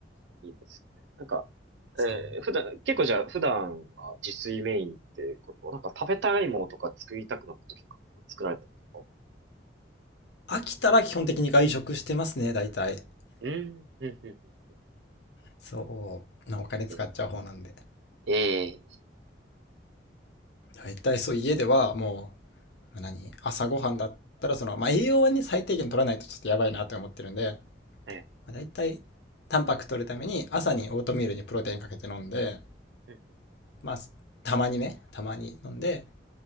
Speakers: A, on the right; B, on the left.
A: いいですね。なんか、
B: <laughs> そう。
A: えー普段、結構じゃあ、普段は自炊メインってことなんか食べたいものとか作りたくなった時とか作られてますか
B: 飽きたら基本的に外食してますね、大体。
A: うん、うん、うん、うん。
B: そう。なお金使っちゃう方なんで。
A: え、え
B: 大体そう、家ではもう、何、朝ごはんだったら、その、まあ、栄養はね、最低限取らないとちょっとやばいなって思ってるんで、
A: ー、え
B: まあ、大体、タンパク取るために、朝にオートミールにプロテインかけて飲んで、
A: ー、
B: まあ、たまにね、たまに飲んで、